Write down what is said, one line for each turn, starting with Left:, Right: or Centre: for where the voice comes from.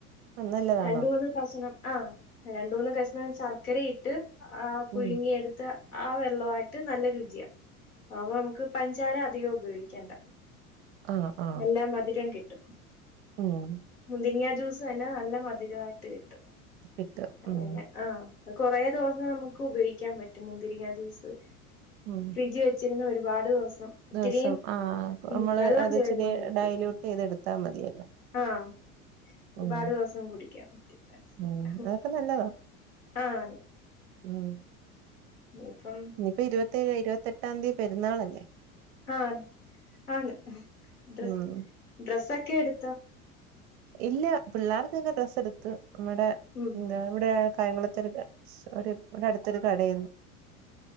Right: ആഹ് നല്ലതാണോ
Left: രണ്ട് മൂന്ന് കഷണം ആഹ് രണ്ട് മൂന്ന് കഷണം ശർക്കര ഇ ട്ട് ആഹ് പുഴുങ്ങി
Right: ഉം
Left: എടുത്ത ആ വെള്ളവായിട്ട് നല്ല രുചിയ അപ്പൊ നമുക്ക് പഞ്ചാര അധികം ഉപയോഗിക്കണ്ട.
Right: ആ ആ
Left: അ മധുരം കിട്ടും
Right: ഉം
Left: മുന്തിരിങ്ങ ജ്യൂസ് തന്നെ നല്ല മധുരവായിട്ട് കിട്ടും
Right: കിട്ടും
Left: അങ്ങനെ
Right: ഉം
Left: ആഹ് കൊറേ ദിവസം നമുക്ക് ഉപയോഗിക്കാൻ പറ്റും മുന്തിരിങ്ങ ജൂസ്
Right: ഉം
Left: ഫ്രിഡ്ജ് വെച്ചിരുന്ന ഒരുപാട് ദിവസം ഒത്തിരിയും
Right: ദിവസം ആഹ്
Left: ഉം
Right: നമ്മള്
Left: വെള്ളം
Right: അത്ച്ചിരി
Left: ചേരാൻ പറ്റും
Right: ഡയലയൂട്ട് ചെയ്ത എടുത്താ മതിയല്ലോ
Left: ആഹ് ഒരുപാട്
Right: ഉം
Left: ദിവസം കുടിക്കാൻ പറ്റും
Right: ഉം അതൊക്കെ നല്ലതാ
Left: ആഹ്
Right: ഉം
Left: നിപ്പം
Right: ഇനിയിപ്പ ഇരുപത്തിഴ് ഇരുപത്തെട്ടാം തീയതി പെന്നാൾല്ലേ
Left: ആഹ് ആഹ് ഡ്ര
Right: ഉം
Left: ഡ്രസ്സ് ഒക്കെ എടുത്താ
Right: ഇല്ല പിള്ളേർക്കൊക്കെ ഡ്രസ് എടുത്തു നമ്മടെ
Left: ഉം
Right: എന്ത ഇവിടെ കായംകുളത്ത് അട ഇവിടെ അടുത്തൊരു കടയന്ന്